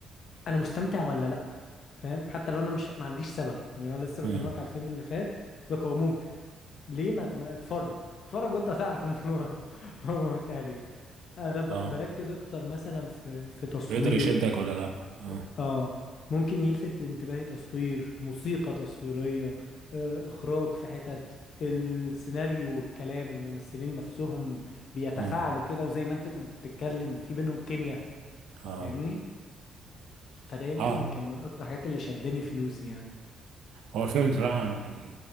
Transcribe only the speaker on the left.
انا مستمتع ولا لا فاهم حتى لو انا مش ما عنديش سبب يعني انا لسه
بكلمك على الفيلم اللي فات لك هو ممتع ليه ما, ما اتفرج اتفرج وانت هتعرف ان هو <laughs> هو ممتع ليه انا ب...
بركز اكتر مثلا في في تصوير
اه ممكن يلفت انتباهي تصوير موسيقى تصويرية آه، اخراج في حتت السيناريو والكلام الممثلين نفسهم بيتفاعلوا
كده وزي ما انت كنت بتتكلم في بينهم كيمياء
فاهمني فده يمكن
كان من اكتر الحاجات اللي شداني فلوسي يعني